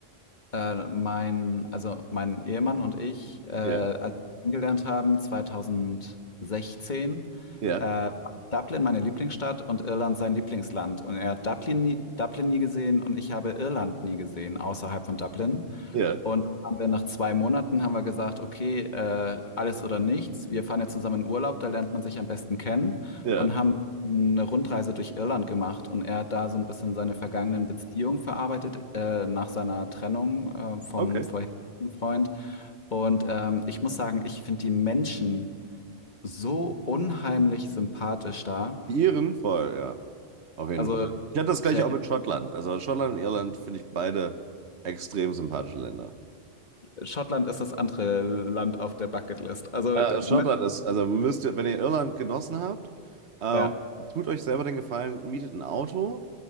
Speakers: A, on the left; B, on the right.
A: äh, mein, also mein Ehemann und ich, äh, als
B: Ja,
A: wir kennengelernt haben, 2016,
B: ja,
A: äh, Dublin meine Lieblingsstadt und Irland sein Lieblingsland. Und er hat Dublin nie, Dublin nie gesehen und ich habe Irland nie gesehen außerhalb von Dublin.
B: ja,
A: Und haben wir nach zwei Monaten haben wir gesagt, okay, äh, alles oder nichts. Wir fahren jetzt zusammen in Urlaub, da lernt man sich am besten kennen
B: ja.
A: und haben eine Rundreise durch Irland gemacht. Und er hat da so ein bisschen seine vergangenen Beziehungen verarbeitet, äh, nach seiner Trennung, äh, vom
B: Okay.
A: vorherigen Freund. Und ähm, ich muss sagen, ich finde die Menschen so unheimlich sympathisch da.
B: Die Iren voll, ja. Auf jeden
A: Also
B: Fall. Ich hatte das
A: ich,
B: gleiche
A: äh,
B: auch mit Schottland. Also Schottland und Irland finde ich beide extrem sympathische Länder.
A: Schottland ist das andere Land auf der Bucketlist. Also,
B: Äh, Schottland
A: ne?
B: ist, also müsst ihr, wenn ihr Irland genossen habt, ähm,
A: Ja,
B: tut euch selber den Gefallen, mietet ein Auto.